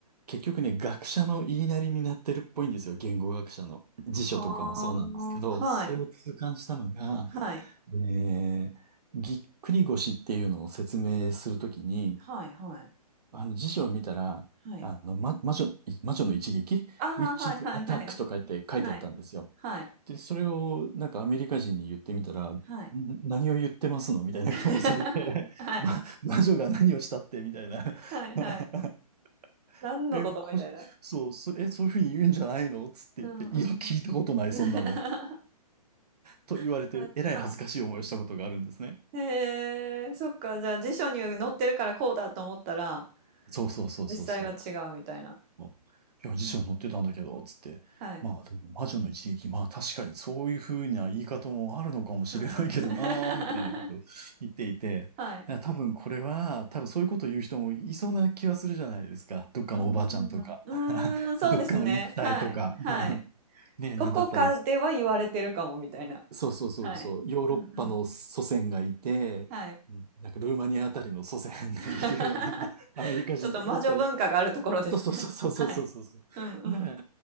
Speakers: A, on the right; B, on the right.
A: 結局ね、学者の言いなりになってるっぽいんですよ。言語学者の。辞書とかもそうなんですけど、
B: はあ、はい、
A: それを痛感したのが、
B: はい、
A: えーぎっくり腰っていうのを説明するときに、
B: はい、はい、
A: あの辞書を見たら、
B: はい。
A: あの、ま、魔女、魔女の一撃
B: ああ、
A: ?Witch's
B: はいはいはい。
A: Attack とか言って書いてあったんですよ。
B: <laughs> はい。はい。
A: で、それをなんかアメリカ人に言ってみたら、ん
B: はい。
A: 何を言ってますのみたいな顔をされて、
B: <laughs> はい。
A: <laughs> ま、
B: <laughs>
A: 魔女が何をしたってみたいな。
B: はいはい。
A: <laughs>
B: 何のことみたいな。
A: え、こ、そう、そ、え、そういうふうに言うんじゃないのつって言って、
B: うんうん。
A: いや、聞いたことない、
B: <laughs>
A: そんなの。と言われて、
B: は
A: えらい恥ずかしい思いをしたことがあるんですね。
B: い。へえ、そっか。じゃあ辞書に載ってるからこうだと思ったら、
A: そうそうそうそうそう。
B: 実際は違うみたいな。
A: うんいや、辞書に載ってたんだけど、
B: うん
A: つって。
B: はい。
A: まあ、でも魔女の一撃、まあ確かにそういうふうな言い方もあるのかもしれないけどなーみたいなことを
B: うん。<laughs>
A: <laughs> 言っていて、
B: はい。
A: いや多分これは、多分そういうことを言う人もいそうな気はするじゃないですか。どっかのおばあちゃんとか、
B: うんうん。うーん、
A: <laughs>
B: そうですね。
A: どっかの言い伝えとか。
B: はい。はい。
A: <laughs> ねえ、
B: どこかでは言われてるかもみたいな。
A: なんだったら、そうそうそうそう、
B: はい。
A: ヨーロッパの祖先がいて、
B: うんうん。はい。
A: なんかルーマニアあたりの祖先がいるような、
B: <laughs>
A: アメリカ人とかだったら
B: ちょっと魔女文化があるところですね。
A: そうそうそうそうそうそうそう。
B: <laughs> はい。うん
A: なら、